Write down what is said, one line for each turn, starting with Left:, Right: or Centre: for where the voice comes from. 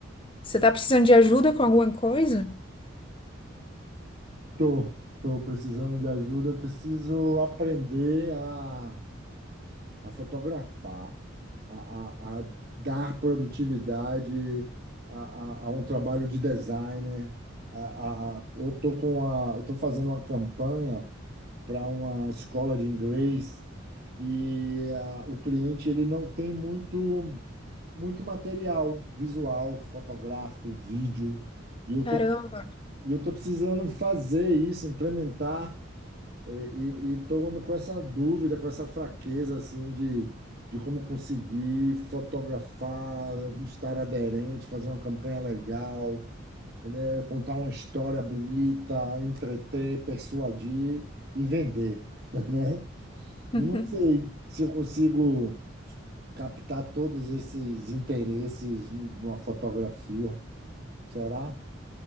Left: Você tá precisando de ajuda com alguma coisa?
Right: Tô, tô precisando de ajuda. Eu preciso aprender a, a fotografar, a, a, a dar produtividade a, a, a um trabalho de designer. A, a, a- eu tô com a, eu tô fazendo uma campanha. para uma escola de inglês e a, o cliente ele não tem muito muito material visual, fotográfico, vídeo, e eu
Left: Caramba.
Right: tô, e eu tô precisando fazer isso, implementar, e, e, e tô com essa dúvida, com essa fraqueza, assim, de, de como conseguir fotografar, estar aderente, fazer uma campanha legal, né, contar uma história bonita, entreter, persuadir e vender, <laughs> né? Eu
Left: <laughs>
Right: não sei se eu consigo captar todos esses interesses numa fotografia. Será?